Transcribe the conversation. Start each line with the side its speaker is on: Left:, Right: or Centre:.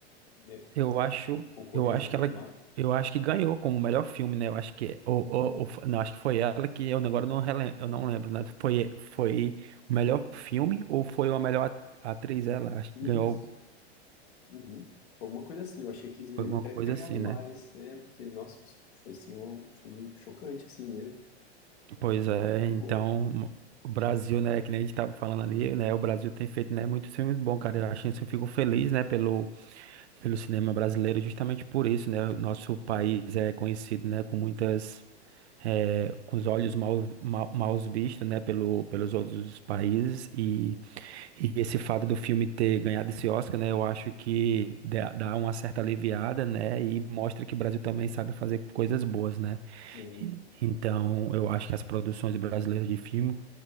Left: né,
Right: Eu acho,
Left: concorreu
Right: eu acho
Left: junto
Right: que ela,
Left: lá.
Right: eu acho que ganhou como melhor filme, né? Eu acho que, ou, ou, ou fo- não, acho que foi ela que eu agora não rele- eu não lembro, né? Foi, foi o melhor filme ou foi a melhor at- atriz? Ela acho
Left: E
Right: que ganhou
Left: Uhum. Alguma coisa assim, eu achei que eles deveriam
Right: alguma
Left: até
Right: coisa
Left: ter ganhado
Right: assim, né?
Left: mais, é, porque, nossa, foi assim um filme chocante, assim mesmo. Uma
Right: Pois
Left: produção
Right: é,
Left: muito
Right: então
Left: boa.
Right: o Brasil, né? Que nem a gente tava falando ali, né? O Brasil tem feito, né? Muitos filmes bons, cara. Eu acho isso, eu fico feliz, né? Pelo pelo cinema brasileiro, justamente por isso, né? o Nosso país é conhecido, né? Com muitas eh, com os olhos mal, mal, maus vistos, né, pelo, pelos outros países e, e esse fato do filme ter ganhado esse Oscar, né, eu acho que dá dá uma certa aliviada, né, e mostra que o Brasil também sabe fazer coisas boas, né.
Left: Muito.
Right: E- Então, eu acho que as produções brasileiras de filme